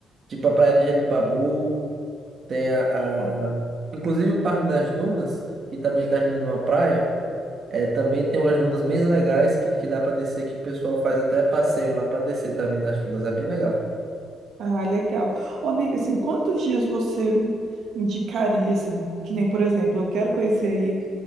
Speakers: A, on the right; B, on the right.
A: Tipo a Praia de Genipabu, tem a,
B: Ah,
A: a- Inclusive o Parque das Dunas, que também termina numa praia. É, também tem umas dunas bem legais que, que dá para descer, que o pessoal faz até passeio lá para descer também nas dunas, é bem legal.
B: ah, legal. Ô, amiga, assim, quantos dias você me indicaria, assim, que nem, por exemplo, eu quero conhecer aí